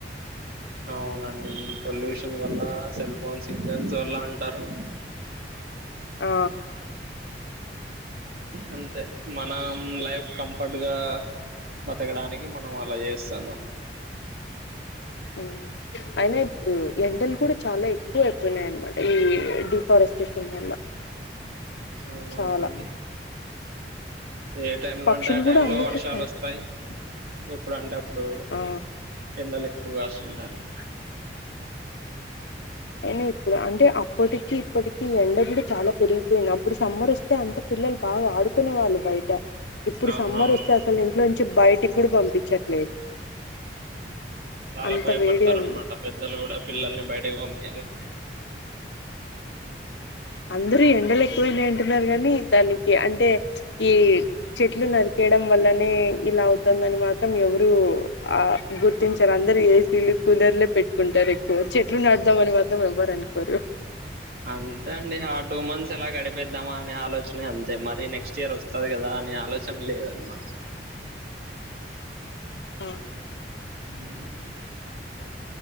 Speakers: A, on the right; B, on the left.
A: <inaudible> అవునండి పొల్యూషన్ వల్ల సెల్ ఫోన్ సిగ్నల్స్ వల్ల అంటారు <inaudible>
B: ఆ
A: అంతే మనం లైఫ్ కంఫర్ట్గా బతకడానికి మనం అలా చేస్తాన్నాం
B: అ అయినా ఇప్పుడు ఎండలు కూడా చాలా ఎక్కువ అయిపోయినాయి అనమాట ఈ డిఫారెస్ట్ టిఫిన్ వల్ల
A: అవునవునండి
B: చాలా
A: ఏ టైమ్ లో
B: పక్షులు
A: ఉంటే ఆ టైమ్
B: కూడా అందుకే
A: లో వర్షాలు
B: చ-
A: వస్తాయి ఎప్పుడు అంటే అప్పుడు
B: ఆ
A: ఎండలు ఎక్కువ గాసుంటాయి అనమాట
B: అయినా ఇప్పుడు అంటే అప్పటికి ఇప్పటికి ఎండ కూడా చాలా పెరిగిపోయింది అప్పుడు సమ్మర్ వస్తే అంత పిల్లలు బాగా ఆడుకునే వాళ్ళు బయట ఇప్పుడు
A: అవునవును
B: సమ్మర్ వస్తే అసలు ఇంట్లో నుంచి బయటికి కూడా పంపించట్లేదు
A: చాలా
B: అంత
A: భయపడతారు
B: వేడి ఉంది
A: అనమాట పెద్దలు కూడా పిల్లల్ని బయటకి పంపి యాలంటే
B: అందరూ ఎండలు ఎక్కువైనాయి అంటున్నారు కాని దానికి అంటే ఈ చెట్లు నరికే యడం వల్లనే ఇలా అవుతుందని మాత్రం ఎవరు ఆ గుర్తించారు అందరు ఏసీలు కూలర్లే పెట్టుకుంటారు ఎక్కువ చెట్లు నాటుదామని మాత్రం ఎవ్వరు అనుకోరు
A: అంతే అండి ఆ టూ మంత్స్ ఎలా గడిపేద్దామా అనే ఆలోచనే అంతే మరి నెక్స్ట్ ఇయర్ వస్తుంది కదా అనే ఆలోచన లేదు అనమాట
B: మ్మ్
A: మ్మ్